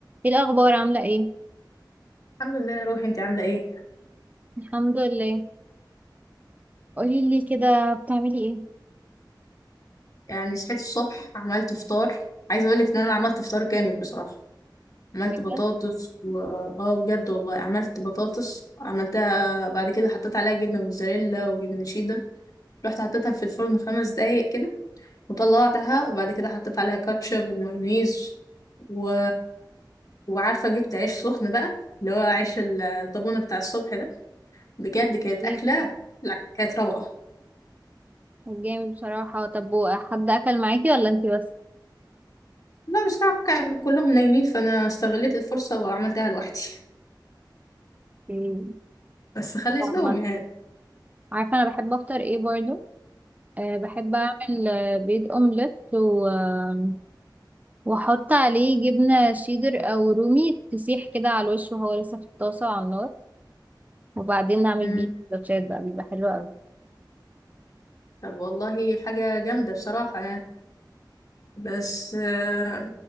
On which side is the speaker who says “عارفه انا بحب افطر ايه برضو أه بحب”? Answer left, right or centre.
Right